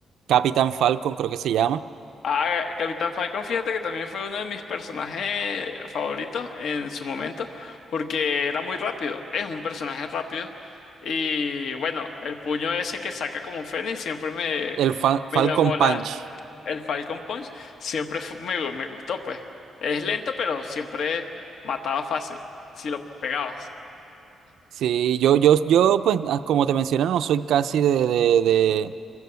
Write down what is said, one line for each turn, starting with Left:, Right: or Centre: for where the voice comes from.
Right: Capitán Falcon creo que se llama.
Left: Ah, Capitán Falcon, fíjate que también fue uno de mis personajes favoritos en su momento. Porque era muy rápido. Es un personaje rápido. Y bueno, el puño ese que saca como un fénix siempre me,
Right: El Fa-
Left: me
Right: Falcon
Left: llamó la,
Right: Punch.
Left: el Falcon Punch. Siempre fu- me, me gustó, pues. Es lento, pero siempre mataba fácil. Si lo pegabas.
Right: Sí, yo, yo, yo, pues, ah, como te mencioné, no soy casi de, de, de,